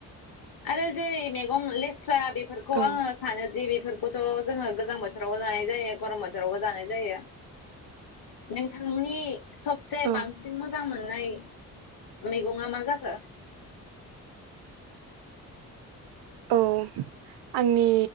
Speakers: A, on the left; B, on the right.
A: आरो जेरै मेगं लेस <unintelligible> बेफोरखौ
B: औ
A: आङो सानो जि बेफोर थ जोङो गोजां बोथोरावबो जानाय जायो गरम बोथोरावबो जानाय जायो नोंथांनि सबसे
B: औ
A: बांसिन मोजां मोननाय मैगङा मा जाखो
B: औ आंनि